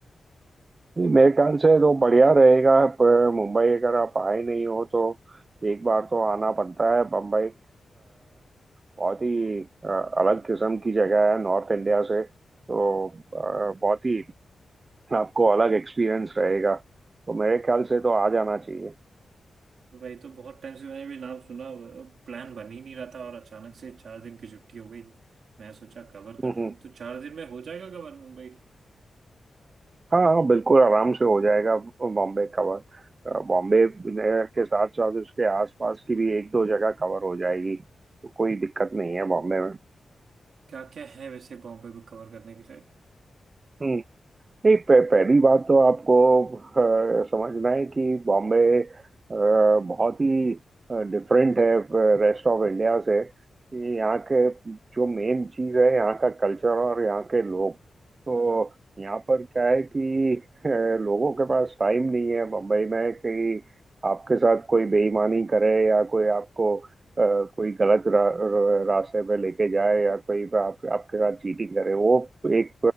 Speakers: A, on the right; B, on the right.
A: नहीं, मेरे ख्याल से तो बढ़िया रहेगा पर मुंबई अगर आप आए नहीं हो तो एक बार तो आना बनता है बम्बई अ, बहुत ही अ, अलग किस्म की जगह है नॉर्थ इंडिया से तो अ, बहुत ही आपको अलग एक्सपीरियंस रहेगा तो मेरे ख्याल से तो आ जाना चाहिए
B: वही तो बहुत टाइम से मैंने भी नाम सुना प्लान बन ही नहीं रहा था और अचानक से चार दिन की छुट्टी हो गई मैं सोचा कवर कर
A: हम्म,
B: लूँ
A: हम्म।
B: तो चार दिन में हो जाएगा कवर मुंबई
A: हाँ हाँ बिल्कुल आराम से हो जाएगा बॉम्बे कवर अ, बॉम्बे के साथ साथ उसके आसपास की भी एक दो जगह कवर हो जाएगी तो कोई दिक्कत नहीं है बॉम्बे
B: क्या क्या है वैसे बॉम्बे को कवर करने के लिए
A: में नहीं पह- पहली बात तो आपको अ, समझना है कि बॉम्बे अ, बहुत ही डिफरेंट है रेस्ट ऑफ इंडिया से कि यहाँ के जो मेन चीज़ है यहाँ का कल्चर और यहाँ के लोग तो
B: हाँ हाँ
A: यहाँ पर क्या है कि अ, लोगों के पास टाइम नहीं है मुंबई में कि आपके साथ कोई बेईमानी करे या कोई आपको Uh, कोई गलत रा, र- रास्ते में लेके जाए या कोई आप, आपके साथ चीटिंग करे वो एक